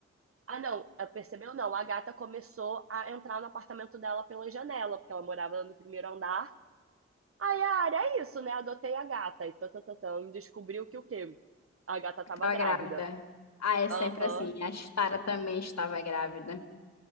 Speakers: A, on the right; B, on the left.
A: Ah, não, ela percebeu não, a gata começou a entrar no apartamento dela pela janela, porque ela morava no primeiro andar. Aí, a é isso, né? Adotei a gata e tatatão, e descobriu que o quê? A gata tava
B: eu tava
A: grávida.
B: grávida. Ah, é sempre
A: Aham.
B: assim. A Stara também estava grávida.